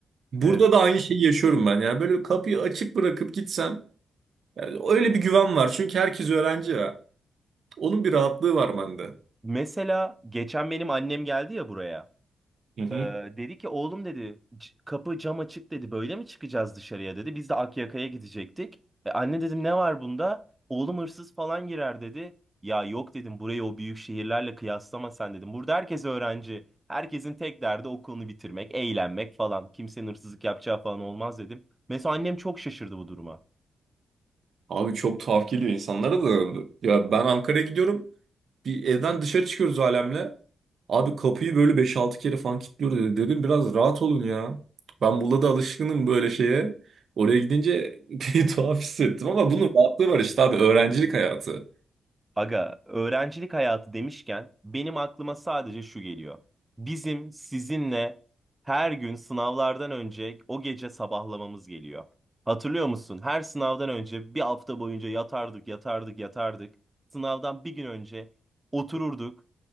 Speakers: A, on the right; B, on the right.
A: Burada
B: Evet.
A: da aynı şeyi yaşıyorum ben. Yani böyle kapıyı açık bırakıp gitsem yani öyle bir güven var. Çünkü herkes öğrenci ya. Onun bir rahatlığı var bende.
B: Mesela geçen benim annem geldi ya buraya.
A: Hı hı.
B: Ee, dedi ki oğlum dedi "c- kapı cam açık dedi böyle mi çıkacağız dışarıya dedi. Biz de Akyaka'ya gidecektik. E, anne dedim ne var bunda? Oğlum hırsız falan girer dedi. Ya yok dedim burayı o büyük şehirlerle kıyaslama sen dedim. Burada herkes öğrenci. Herkesin tek derdi okulunu bitirmek, eğlenmek falan. Kimsenin hırsızlık yapacağı falan olmaz dedim. Mesela annem çok şaşırdı bu duruma.
A: Abi çok tuhaf geliyor insanlara da. Ya ben Ankara'ya gidiyorum. bir evden dışarı çıkıyoruz alemle. Abi kapıyı böyle beş altı kere falan kilitliyoruz dedi. Dedim biraz rahat olun ya. Ben burada da alışkınım böyle şeye. Oraya gidince <laughs> bir tuhaf hissettim ama bunun rahatlığı var işte abi öğrencilik hayatı.
B: Aga, öğrencilik hayatı demişken benim aklıma sadece şu geliyor. Bizim sizinle her gün sınavlardan önce o gece sabahlamamız geliyor. Hatırlıyor musun? Her sınavdan önce bir hafta boyunca yatardık, yatardık, yatardık. Sınavdan bir gün önce otururduk.